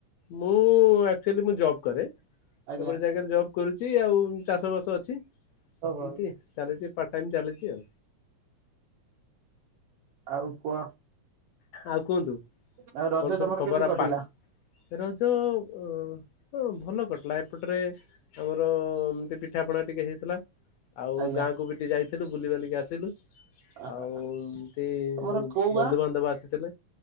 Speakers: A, on the left; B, on the right.
A: ମୁଁ ଆକଚୁଆଲି ମୁଁ ଜବ କରେ।
B: ଆଜ୍ଞା।
A: ଏଭଳି ଜାଗାରେ ଜବ୍ କରୁଛି, ଆଉ ଚାଷ ବାସ ଅଛି।
B: ଓହୋ।
A: ଏମତି ଚାଲିଛି ପା ଟାଇମ୍ ଚାଲିଛି ଆଉ।
B: ଆଉ କୁହ
A: ଆଉ କୁହନ୍ତୁ
B: ଆଉ ରଜ
A: କଣ ସବୁ
B: ତମର
A: ଖବର
B: କେମିତି କଟିଲା
A: ଆପା ରଜ ଅ ହଁ ଭଲ କଟିଲା ଏପଟରେ ଆମର ଏମିତି ପିଠାପଣା ଟିକେ ହେଇଥିଲା। ଆଉ
B: ଆଜ୍ଞା
A: ଗାଁକୁ ବି ଟି ଯାଇଥିଲୁ ବୁଲିିବାଲିକି ଆସିଲୁ।
B: ଆ-
A: ଆଉ ଏମତି
B: ତମର କୋଉ ଗାଁ?
A: ବନ୍ଧୁବାନ୍ଧବ ଆସିଥିଲେ।